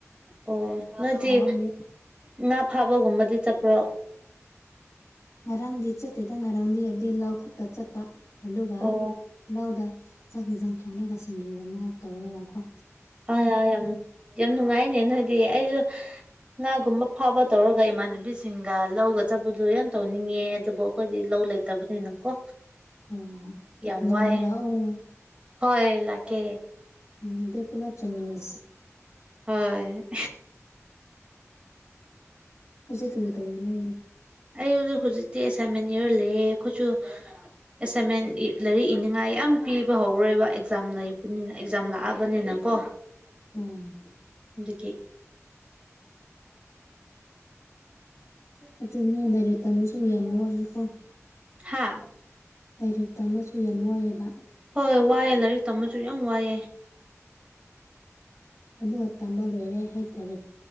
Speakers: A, on the right; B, on the left.
A: ꯑꯣ ꯅꯣꯏꯗꯤ
B: ꯉꯔꯥꯡꯗꯤ
A: ꯉꯥ ꯐꯥꯕꯒꯨꯝꯕꯗꯤ ꯆꯠꯄ꯭ꯔꯣ
B: ꯉꯔꯥꯡꯗꯤ ꯆꯠꯇꯦꯗ ꯉꯔꯥꯡꯗꯤ ꯍꯥꯏꯕꯗꯤ ꯂꯧ ꯈꯛꯇ ꯆꯠꯄ ꯑꯗꯨꯒ
A: ꯑꯣ
B: ꯂꯧꯗ ꯆꯥꯛ ꯏꯟꯖꯥꯡ ꯊꯣꯡꯂꯒ ꯁꯤꯡꯖꯨꯒꯨꯝꯕ ꯇꯧꯔꯒ ꯀꯣ
A: ꯑꯌꯥ ꯌꯥ ꯌꯥꯝ ꯌꯥꯝ ꯅꯨꯡꯉꯥꯏꯅꯦ ꯅꯣꯏꯗꯤ ꯑꯩꯖꯨ ꯉꯥꯒꯨꯝꯕ ꯐꯥꯕ ꯇꯧꯔꯒ ꯏꯃꯥꯟꯅꯕꯤꯁꯤꯡꯒ ꯂꯧꯒ ꯆꯠꯄꯗꯨ ꯌꯥꯝ ꯇꯧꯅꯤꯡꯉꯦ ꯑꯗꯨꯕꯨ ꯑꯩꯈꯣꯏꯗꯤ ꯂꯧ ꯂꯩ ꯇꯕꯅꯤꯅꯀꯣ
B: ꯎꯝ
A: ꯌꯥꯝ
B: ꯅꯣꯡꯃ
A: ꯋꯥꯏꯌꯦ
B: ꯂꯥꯛꯑꯣ
A: ꯍꯣꯏ ꯂꯥꯛꯀꯦ
B: ꯎꯝ ꯑꯗꯨ ꯄꯨꯂꯞ ꯆꯥꯃꯤꯟꯅ
A: ꯍꯣꯏ
B: ꯍꯧꯖꯤꯛ ꯀꯔꯤ ꯇꯧꯋꯤꯅꯣ
A: ꯑꯩꯖꯨ ꯍꯧꯖꯤꯛꯇꯤ ꯑꯦꯁꯥꯏꯟꯃꯦꯟ ꯏꯔ ꯂꯩꯌꯦ ꯑꯩꯈꯣꯏꯁꯨ ꯑꯦꯁꯥꯏꯟꯃꯦꯟ ꯂꯥꯏꯔꯤꯛ ꯏꯅꯤꯡꯉꯥꯏ ꯌꯥꯝ ꯄꯤꯕ ꯍꯧꯔꯦꯕ ꯑꯦꯛꯖꯥꯝ ꯂꯩꯕꯅꯤꯅ ꯑꯦꯛꯖꯥꯝ ꯂꯥꯛꯑꯕꯅꯤꯅꯀꯣ
B: ꯑꯣ
A: ꯑꯗꯨꯒꯤ
B: ꯑꯗꯨꯅꯦ ꯂꯥꯏꯔꯤꯛ ꯇꯝꯕꯁꯨꯨ ꯌꯥꯝ ꯋꯥꯏꯌꯦꯀꯣ
A: ꯍꯥꯥ
B: ꯂꯥꯏꯔꯤꯛ ꯇꯝꯕꯁꯨ ꯌꯥꯝ ꯋꯥꯏꯌꯦꯕ
A: ꯍꯣꯏ ꯋꯥꯏꯌꯦ ꯂꯥꯏꯔꯤꯛ ꯇꯝꯕꯁꯨ ꯌꯥꯝ ꯋꯥꯏꯌꯦ
B: ꯑꯗꯨꯒ ꯇꯝꯕ ꯂꯣꯏꯔꯦ ꯍꯦꯛ ꯂꯥꯏꯔꯤꯛ